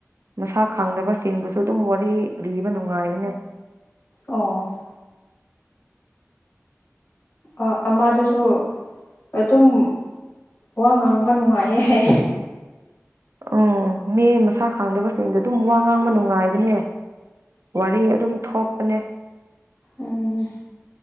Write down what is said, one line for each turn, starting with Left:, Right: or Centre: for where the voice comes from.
Right: ꯃꯁꯛ ꯈꯪꯗꯕꯁꯤꯡꯗꯨꯁꯨ ꯑꯗꯨꯝ ꯋꯥꯔꯤ ꯂꯤꯕ ꯅꯨꯡꯉꯥꯏꯕꯅꯦ
Left: ꯑꯣ ꯑ ꯑꯃꯗꯨꯁꯨ ꯑꯗꯨꯝ ꯋꯥ ꯉꯥꯡꯕ ꯅꯨꯡꯉꯥꯏꯌꯦ ꯍꯥꯏꯌꯦ
Right: ꯑꯣ ꯃꯤ ꯃꯁꯥ ꯈꯡꯗꯕꯁꯤꯡꯗꯣ ꯑꯗꯨꯝ ꯋꯥ ꯉꯥꯡꯕ ꯅꯨꯡꯉꯥꯏꯕꯅꯦ ꯋꯥꯔꯤ ꯑꯗꯨꯝ ꯊꯣꯛꯄꯅꯦ
Left: ꯎꯝ